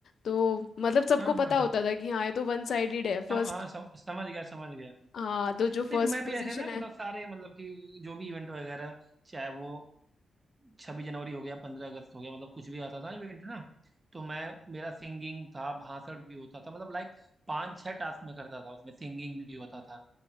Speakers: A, on the left; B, on the right.
A: तो मतलब सबको
B: हाँ
A: पता
B: हाँ
A: होता
B: हाँ
A: था कि हाँ ये तो वन साइडेड है फर्स्ट
B: सम, हाँ सम, समझ गया समझ गया
A: हाँ तो
B: नहीं
A: जो फर्स्ट
B: तो मैं भी
A: पोजीशन
B: ऐसे ना
A: है
B: मतलब सारे मतलब कि जो भी इवेंट वगैरह चाहे वो छब्बीस जनवरी हो गया पंद्रह अगस्त हो गया मतलब कुछ भी आता था इवेंट ना तो मैं मेरा सिंगिंग था भाषण भी होता था मतलब लाइक पांच छह टास्क मैं करता था उसमें सिंगिंग भी होता था